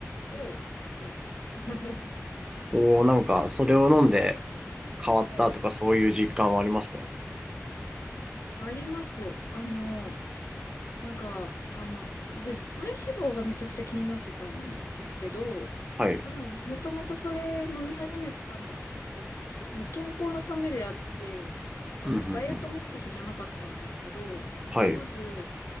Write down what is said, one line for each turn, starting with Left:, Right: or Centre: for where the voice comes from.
Left: を飲んでます。<laughs>
Right: こう、なんか、それを飲んで変わったとか、
Left: はい。
Right: そういう実感はありますか
Left: あります。あの、なんか、あの、私、体脂肪がめちゃくちゃ気になってたんですけど、
Right: はい。
Left: まあ、でも、もともとそれ飲み始めたのって別に健康のためであって、あの、
Right: うんうんうん。
Left: ダイエット目的じゃなかったんですけど、
Right: はい。
Left: まず、